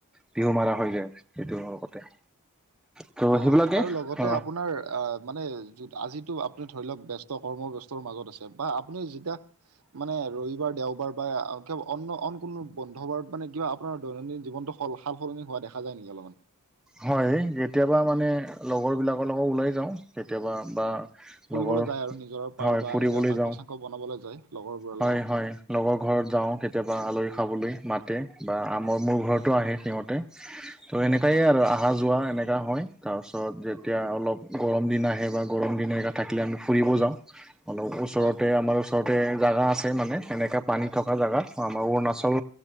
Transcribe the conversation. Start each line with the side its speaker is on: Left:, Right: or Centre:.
Centre: বিহু মাৰা হৈ যায় সেইটো লগতে। ত'
Right: অ',
Centre: সেইবিলাকে
Right: আৰু লগতে
Centre: অ
Right: আপোনাৰ আহ মানে য আজিটো আপুনি ধৰি লওঁক ব্য কৰ্মব্যস্তৰ মাজত আছে বা আপুনি জিতা, মানে ৰবিবাৰ দেওবাৰ বা অন্য অন কোনো বন্ধ বাৰত মানে কিবা আপোনাৰ দৈনন্দিন জীৱনটো স সাল-সলনি হোৱা দেখা যায় নেকি অলপমান?
Centre: হয়। যেতিয়াবা মানে লগৰবিলাকৰ লগত ওলাই যাওঁ কেতিয়াবা বা,
Right: ফুৰিবলৈ
Centre: লগৰ
Right: যায় আৰু নিজৰৰ পাৰ
Centre: হয়,
Right: বা
Centre: ফুৰিবলৈ
Right: এনেকে মাংস
Centre: যাওঁ
Right: চাংস বনাবলৈ যায় লগৰবোৰৰ
Centre: হয়-হয়।
Right: লগত
Centre: লগৰ ঘৰত যাওঁ কেতিয়াবা আলহী খাবলে মাতে বা আমাৰ মোৰ ঘৰতো আহে সিহঁতে। ত' এনেকাঁ
Right: হয়
Centre: ইয়াত আহা যোৱা এনেকুৱা হয়। তাৰপিছত যেতিয়া অলপ গৰম দিন আহে বা গৰম দিন থাকিলে আমি ফুৰিব যাওঁ। অলপ ওচৰতে
Right: হয়।
Centre: আমাৰ ওচৰতে জাগা আছে মানে, এনেকে পানী থকা জাগাত আমাৰ অৰুণাচল